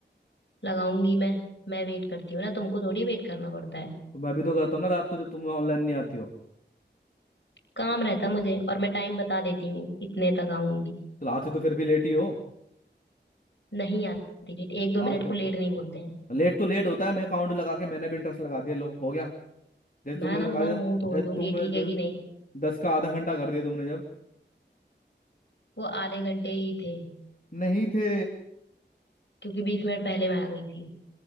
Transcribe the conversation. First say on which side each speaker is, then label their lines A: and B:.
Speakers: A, on the left; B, on the left.
A: लगाऊंगी मैं मैं वेट करती हूँ ना तुमको थोड़ी वेट करना पड़ता है
B: तो मैं भी तो करता हूँ ना रात को जब तुम ऑनलाइन नहीं आती हो
A: काम रहता मुझे और मैं टाइम बता देती हूँ इतने तक आऊंगी
B: तो आते तो फिर भी लेट ही हो
A: नहीं आती लेट एक दो मिनट
B: आते
A: को लेट नहीं बोलते हैं
B: लेट तो लेट होता है मैं काउंट लगा के मैंने भी इंटरेस्ट लगा दिया लो हो गया जैसे तुमने
A: मैं ना
B: लगा
A: तुम्हारा
B: दिया
A: मुंह तोड़
B: ए,
A: दूंगी
B: तुमने
A: ठीक
B: द-
A: है कि नहीं
B: दस का आधा घंटा कर दिया तुमने जब
A: वो आधे घंटे ही थे
B: नहीं थे
A: क्योंकि बीस मिनट पहले मैं आ गई थी